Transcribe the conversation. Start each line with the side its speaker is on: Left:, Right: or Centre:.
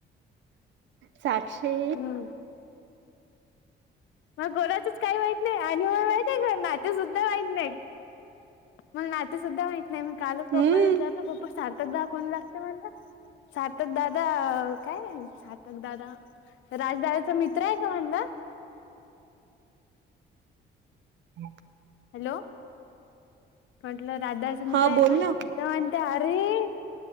Right: साक्षी.
Left: हम्म मग गोराचच काही वाईत नाही आणि व वाई आहे घर ना ते सुद्धा वाईत नाही. मग नाते सुुद्धा माहित नाही मग कालच पप्पाला
Right: हम्म
Left: विचारलं पप्पा सारखं. सातकदाहा कोण लागत म्हणला सातकदाादा काय सातकदाादा. राजदारचा मित्र आहे का म्हणला.
Right: हम.
Left: हॅलो म्हटलं राधाचा मित्र
Right: हा
Left: आहे
Right: बोल
Left: का
Right: ना
Left: तर म्हणते अरे.